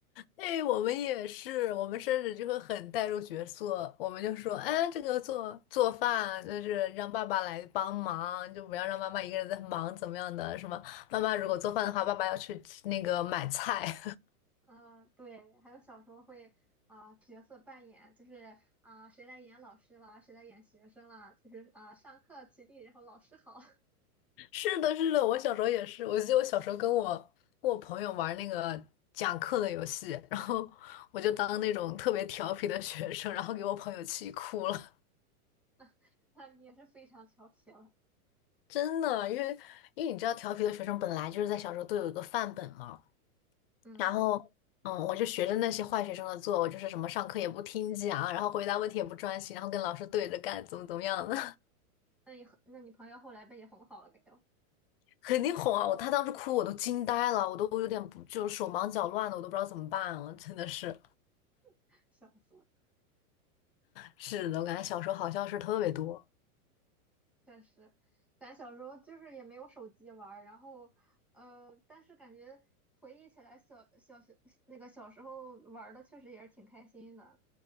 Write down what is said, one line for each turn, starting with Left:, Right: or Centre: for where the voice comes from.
Left: 哎，我们也是，我们甚至就会很带入角色，我们就说，哎，这个做做饭就是让爸爸来帮忙，就不要让妈妈一个人在忙，怎么样的，什么，妈妈如果做饭的话，爸爸要去那个买菜。
Centre: 嗯，对，还有小时候会啊、呃角色扮演，就是啊、谁来演老师啦，谁来演学生啦，就是啊、上课起立，然后老师好，
Left: 是的，是的，我小时候也是。我记得我小时候跟我跟我朋友玩那个讲课的游戏，然后我就当那种特别调皮的学生，然后给我朋友气哭了。
Centre: <laughs> 那你也是非常调皮了。
Left: <laughs> 真的，因为因为你知道，调皮的学生本来就是在小时候都有一个范本嘛。
Centre: 嗯，
Left: 然后，嗯，我就学着那些坏学生的做，我就是什么上课也不听讲，然后回答问题也不专心，然后跟老师对着干，怎么怎么样的，
Centre: 那你很那你朋友后来被你哄好了没有？
Left: <laughs> 肯定哄啊！我他当时哭，我都惊呆了，我都有点不就手忙脚乱的，我都不知道怎么办了，真的是。
Centre: <laughs> 笑死了，
Left: 是的，我感觉小时候好像是特别多。
Centre: 确实，咱小时候就是也没有手机玩儿，然后呃，但是感觉回忆起来小小学那个小时候玩儿的确实也是挺开心的，